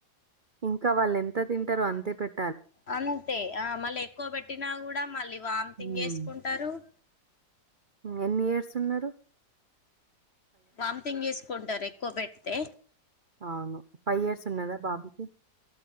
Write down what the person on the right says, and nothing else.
ఇంకా వాళ్ళు ఎంత తింటారో అంతే పెట్ట
హ్మ్.
ఎన్ని ఇయర్స్ ఉన్నరు
అవును ఫైవ్ ఇయర్స్ ఉన్నదా బాబుకి